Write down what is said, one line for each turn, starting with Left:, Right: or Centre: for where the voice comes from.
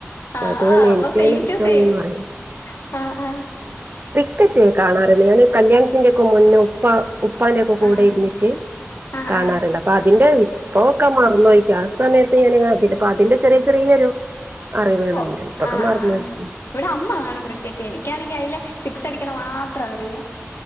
Left: ആ
Right: അത് തന്നെ
Left: അപ്പൊ
Right: എനിക്കതിനെ
Left: സെയിം
Right: കുറിച്ചൊന്നും
Left: റ്റു സെയിം
Right: അറിയില്ല
Left: ആ ആ
Right: ക്കറ്റ് ഞാൻ കാണാറുണ്ട് ഞാനീ കല്യാണത്തിന്റെക്കെ മുന്നേ ഉപ്പ ഉപ്പാന്റക്കെ കൂടെ
Left: ആഹ്
Right: ഇരുന്നിട്ട്
Left: ആഹ്
Right: കാണാറുണ്ട്
Left: ആഹ്
Right: അപ്പൊ അതിന്റെ പ്പോക്കെ മാറന്നോയിക്ക ആ സമയത്ത് ഞാൻ അതിന്റെപ്പ അതിന്റെ ചെറിയ ചെറിയൊരു അറിവുകളുണ്ട്
Left: ഓ
Right: ഇപ്പൊക്കെ
Left: ആ
Right: മറന്നോയിക്ക്
Left: ആ ആ ഇവിടെ അമ്മ കാണും ക്രിക്കറ്റ് എനിക്കാണെങ്കി അതിലെ സിക്സടിക്കണ മാത്രം അറിയ